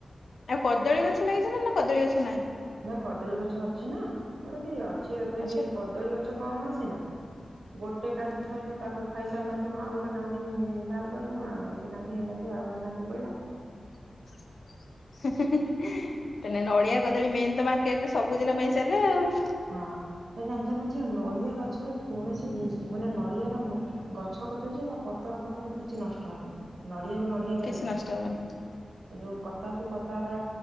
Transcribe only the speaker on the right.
ନା କଦଳୀ ଗଛ ଅଛି ନା ମୋର ଟିକ ଅଛି, ତଥାପି
କଦଳୀ ଗଛ କମ ଅଛି ନା ଗୋଟେ କାନ୍ଦି ସଇନେ ତାକୁ ଖାଇସାରି, ନଥିବୁ ଆଉ ଗୋଟେ କାନ୍ଦଧି ବାହାର କରିିବୁ ଆଉ ଗୋଟେ କାନ୍ନ୍ଦି ହେଇନଥିବ ଗୋଟେ ଗାନ୍ଧି ପହିଲ
ହଁ ଜାଣିଛ ନା ଯ ନଡିଆ ଗଛର କୌଣସି ଜିନିଷ ମାନେ ନଡିଆର ଗଛ ପତର ପତରେ କିଛି ନଷ୍ଟ ହବନି। ପରଡ଼ିିବାକୁ ନଡ଼ିିବା
ପାଇଁ ନ
ଯେଉଁ କତାକୁ କତାର